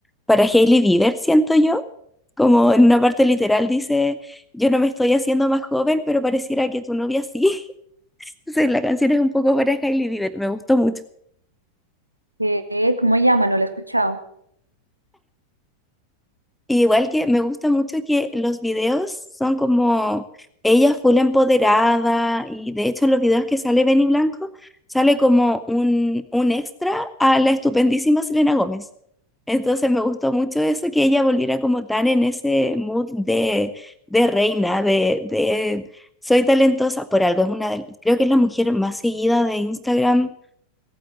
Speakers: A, in the centre; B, on the right.
A: para Hailey Bieber, siento yo. Como en una parte literal dice, yo no me estoy haciendo más joven, pero pareciera que tu novia sí. <laughs> Entonces la canción es un poco para Hailey Bieber. Me gustó mucho.
B: Eh, ¿cómo se llama? No la he escuchado.
A: Y igual que me gusta mucho que los videos son como ella full empoderada y de hecho en los videos que sale Benny Blanco sale como un, un extra a la estupendísima Selena Gómez. Entonces me gustó mucho eso, que ella volviera como tan en ese mood de, de reina, de, de soy talentosa por algo. Es una de- creo que es la mujer más seguida de Instagram